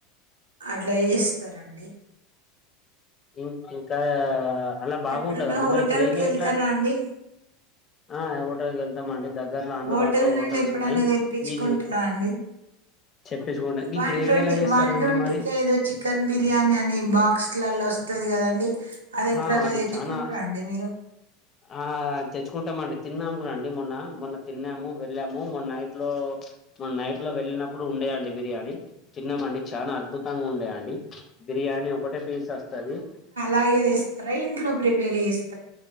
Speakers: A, on the right; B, on the left.
A: అట్లా ఇస్తారంండి
B: ఇం ఇంకా అలా బాగుంటంద
A: ఎప్పుడైనా
B: అండి
A: హోటల్
B: మరి గ్రేవీ
A: కి వెళ్తారా
B: ఎట్లా
A: అండి
B: ఆ హోటల్కి వెళ్తామండి దగ్గరలో అందుబాటులో
A: హోటల్
B: హోటల్స్
A: నుండి ఎప్పుడూ
B: ఉన్నాయి
A: అయినా తేప్పించుకుంటార
B: ఈ
A: అండి
B: చెప్పేసుకుంటా ఈ
A: వన్
B: గ్రేవీ
A: ట్వంటీ
B: ఎలా చేస్తారండి
A: వన్ ట్వంటీ
B: మరి
A: కే ఏదో చికెన్ బిర్యానీ అని బాక్స్ ఇట్లల వస్తుది కదండి అది
B: ఆహా
A: ఎప్పుడన్న తెచ్చుకుంటార
B: చానా
A: అండి మీరు
B: ఆ తెచ్చుకుంటామండి తిన్నాము కూడా అండి మొన్న మొన్న తిన్నాము వెళ్ళాము మొన్న నైట్ లో మొన్న నైట్ లో వెళ్ళినప్పుడు ఉండేయంండి బిర్యానీ తిన్నామండి చాలా అద్భుతంగా ఉండేయంండి బిర్యానీ ఒకటే పీస్ వస్తుంది
A: తాగదిస్తారా ఇంట్లో ప్రిపేర్ చేస్త